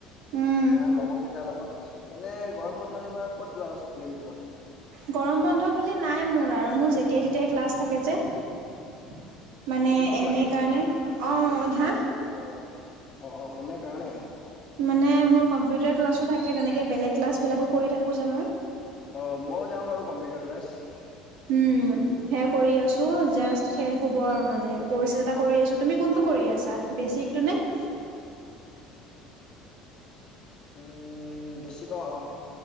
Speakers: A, on the right (about 70°); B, on the left (about 30°).
A: উম
B: মানে লগৰ কেই- কেইটা লগত এনে গৰম বন্ধত এইবাৰ ক'ত যোৱা আছে প্লেইন তোমাৰ-
A: গৰম বন্ধ বুলি নাই মোৰ আৰু মোৰ যেতিয়াই তেতিয়াই ক্লাছ থাকে যে- মানে
B: অ কিহৰ
A: এম
B: ক্লাছ
A: এ
B: থাকে
A: কাৰণে
B: তোমাৰ
A: অ ধা-
B: অ অ অ এনে কাৰণে-
A: মানে মোৰ কম্পিউটাৰ ক্লাছো থাকে তেনেকে বেলেগ ক্লাছবিলাকো কৰি থাকো যে মই-
B: অ মই যাওঁ বাৰু কম্পিউটাৰ ক্লাছ-
A: উম সেই- কৰি আছো জাষ্ট শেষ হব আৰু মানে কৰ্চ এ কৰি আছোঁ তুমি কোনটো কৰি আছা বেচিকটো নে- <inaudible>
B: উম বেছি কম অ- <unintelligible>